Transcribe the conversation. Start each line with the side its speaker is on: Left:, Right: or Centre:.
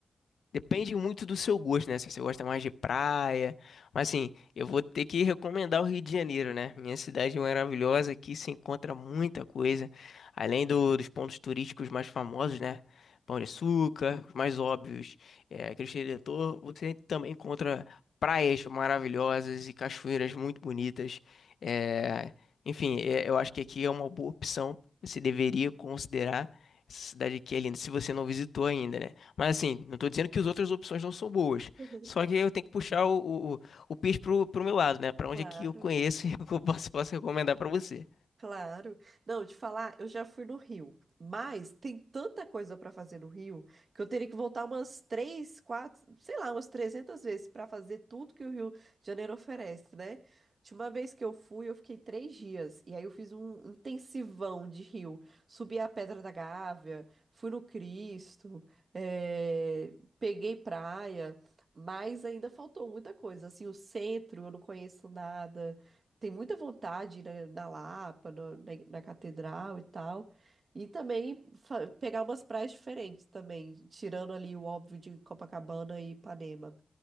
Left: Depende muito do seu gosto, né? Se você gosta mais de praia. Mas assim, eu vou ter que recomendar o Rio de Janeiro, né? Minha cidade maravilhosa, aqui se encontra muita coisa. Além do- dos pontos turísticos mais famosos, né? Pão de Açúcar, os mais óbvios, é, Cristo Redentor. Você também encontra praias maravilhosas e cachoeiras muito bonitas. É, enfim, é, eu acho que aqui é uma boa opção. Você deveria considerar essa cidade aqui é linda, se você não visitou ainda, né? Mas assim, não tô dizendo que as outras opções não são boas.
Right: <laughs>
Left: Só que eu tenho que puxar o o o o peixe pro pro meu lado, né? Pra onde
Right: Claro.
Left: é que que eu eu conheço <laughs> e o que eu posso posso recomendar pra você.
Right: Claro. Não, te falar, eu já fui no Rio, mas tem tanta coisa para fazer no Rio que eu teria que voltar umas três, quatro, sei lá, umas 300 vezes para fazer tudo que o Rio de Janeiro oferece, né? De uma vez que eu fui, eu fiquei três dias e aí eu fiz um intensivão de Rio. Subi a Pedra da Gávea, fui no Cristo, eh, peguei praia, mas ainda faltou muita coisa. Assim, o centro eu não conheço nada tem muita vontade na, na Lapa, no- na, na Catedral e tal. E também fa- pegar umas praias diferentes também, tirando ali o óbvio de Copacabana e Ipanema.